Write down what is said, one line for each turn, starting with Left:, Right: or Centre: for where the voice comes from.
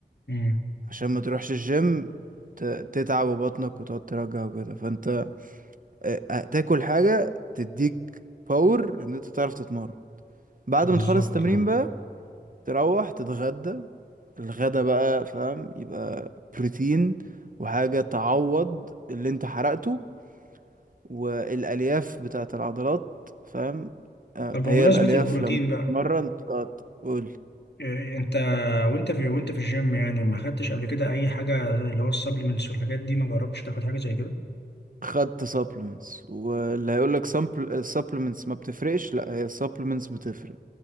Left: امم
Right: عشان ما تروحش الجيم ت- تتعب بطنك وتقعد ترجع وكده فانت آه، آه، تاكل حاجة تديك باور ان انت تعرف تتمرن بعد
Left: بالظبط
Right: ما تخلص التمرين
Left: اه
Right: بقى تروح تتغدى الغدا بقى فاهم يبقى بروتين وحاجة تعوض اللي انت حرقته والألياف بتاعة العضلات فاهم آه،
Left: طب بمناسبة
Right: هي الألياف
Left: البروتين
Right: لما
Left: بقى
Right: تتمرن آه، تقول
Left: إيه انت وانت في وانت في الجيم يعني ما خدتش قبل كده اي حاجة اللي هو السبلمنتس والحاجات دي ما جربتش تاخد حاجة زي كده
Right: خدت supplements واللي هيقول لك supplements ما بتفرقش لا هي supplements بتفرق